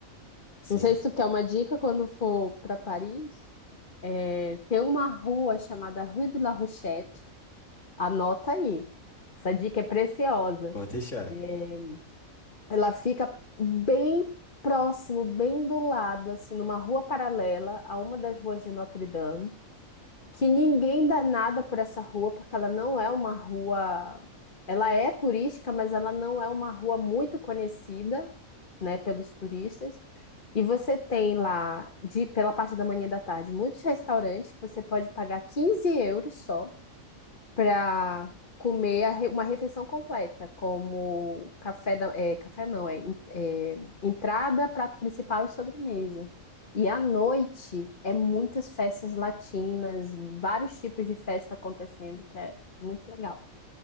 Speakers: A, on the left; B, on the left.
A: Sim,
B: não sei se tu quer uma dica quando for para Paris, é, tem uma rua chamada Rue de la Rochette. Anota aí. Essa dica é preciosa.
A: pode deixar.
B: É, Ela fica bem próximo, bem do lado, assim, numa rua paralela a uma das ruas de Notre Dame, que ninguém dá nada por essa rua, porque ela não é uma rua. Ela é turística, mas ela não é uma rua muito conhecida, né, pelos turistas. E você tem lá, de, pela parte da manhã e da tarde, muitos restaurantes que você pode pagar 15 euros só para comer a re- uma refeição completa, como café da, é, café não, é, en- é, entrada, prato principal e sobremesa. E à noite é muitas festas latinas, vários tipos de festa acontecendo, que é muito legal.